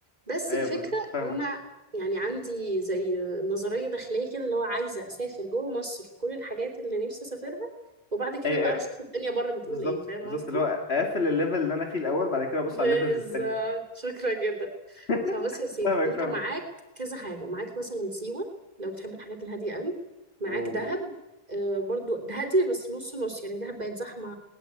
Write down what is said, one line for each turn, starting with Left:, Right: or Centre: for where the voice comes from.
Right: بس
Left: ايوه
Right: الفكره
Left: بالظبط فاهمك
Right: ان انا يعني عندي زي نظريه داخليه كده اللي هو عايزه اسافر جوه مصر في كل الحاجات اللي نفسي اسافرها وبعد كده
Left: ايوه
Right: بقى
Left: ايوه
Right: نشوف الدنيا بره بتقول
Left: بالظبط
Right: ايه فاهم
Left: بالظبط
Right: قصدي
Left: اللي هو اقفل الليفل اللي انا فيه الاول بعد كده ابص
Right: بالظبط
Left: على الليفلز التانية
Right: شكرا جدا
Left: <laughs>
Right: فبص يا سيدي
Left: فاهمك
Right: انت
Left: فاهمك
Right: معاك كذا حاجة معاك مثلا سيوة لو بتحب الحاجات الهادية قوي معاك
Left: اوه
Right: دهب آه برضو ده هادية بس نص نص يعني دهب بقت زحمة